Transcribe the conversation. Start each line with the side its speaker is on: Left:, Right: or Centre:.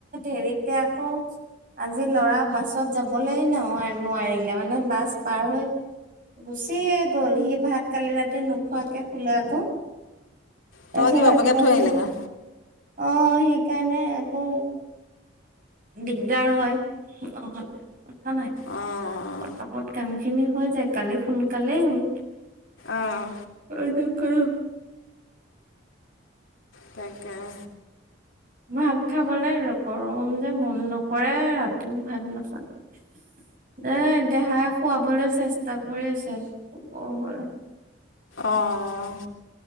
Right: ধেৰিতে আকৌ। আজি লৰা বাছত যাবলৈ ন নোৱাৰিলে মানে বাছ পাৰ হৈ গুচিয়েই গল, সি ভাত কালি ৰাতি নোখোৱাকে শুলে আকৌ।
Left: তাৰপৰা
Right: তাৰপিছত
Left: কি
Right: ৰাতিপুৱা
Left: বাপেকে থৈ
Right: বোলো
Left: আহিলেগৈ
Right: অহ সেইকাৰণে আকৌ দিগদাৰ হয় নহলে। ক নাই
Left: অঁ
Right: পতাপত কাম খিনি হৈ যায়, কালি সোনকালেই হ'ল।
Left: অঁ
Right: <unintelligible>
Left: তাকেহে।
Right: ভাত খাবলে আৰু গৰম যে। মন নকৰে ৰাতিও ভাল নাখালে। এই দেহাই খুৱাবলৈ চেষ্টা কৰি আছে হব।
Left: অহ।